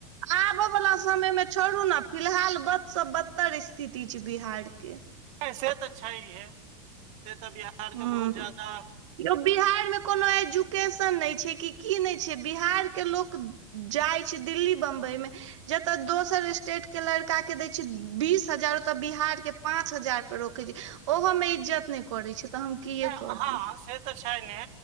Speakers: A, on the right (about 70°); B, on the right (about 50°).
A: आबय वालला समय मे छोड़ू नऽ फिलहाल बदसँ बद्तर स्थिति छै बिहार के
B: से तऽ छैहे से तऽ बिहारके
A: हूँ
B: बहुत जादा
A: यौ बिहार मे कोनो एजुकेशन नहि छै कि की नहि छै बिहार के लोक जाइ छी दिल्ली बं्बई मे जतय दोसर स्टेट के लड़का के दै छै बीस हजार ओतऽ बिहार के पाँच हजार पर रोकै छै ओहोमे इज्जत नहि करै छै तऽ हम किए
B: नहि
A: कहू
B: हँ से तऽ छैने